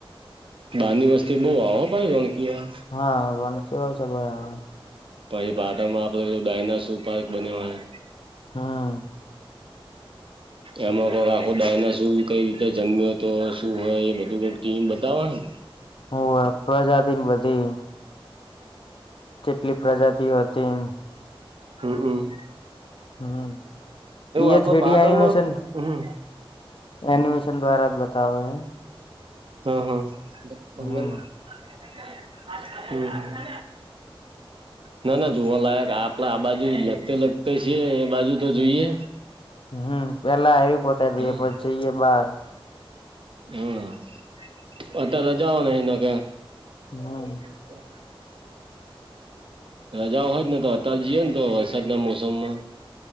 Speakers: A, on the right; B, on the left.
A: બાર ની વસ્તી બહ આવવા ભાય ગણકીયા
B: હા વાણકીયો છે બરા <inaudible>
A: પછી પાટણમાં આપડો ડાયના સુ પાર્ક બન્યો ઓહ
B: હા
A: એમાં કોઈક આખો ડાયના શું કઈ રીતે જમ્યો હતો શું હોય એ બધું કોઈક ટીમ બતાવને
B: હુ પ્રજાતિ બધીયે જેટલી પ્રજાતિઓ હતી એ
A: હમ્મ હામ.
B: હમ્મ યે
A: આપડે
B: થ્રીડી
A: પાટણમાં
B: એનિમેશન
A: હમ
B: એનિમેશન દ્વારા બતાવે હે
A: હામ હામ
B: હમ
A: <unintelligible> હામ હામ. ના ના જોવાલાયક આપડે આ બાજુ લગતે લગતે છેએ એ બાજુ તો જોઈએ
B: હમ પેલા એયું પોતા દઈએ
A: હમ
B: પછી જઈએ બાર
A: હમ્મ અત તો જવા ન એ કે
B: હમ્મ
A: <unintelligible> રજા હોય જને તો ત જઈએ ને તો વરસાદના મોસમમાં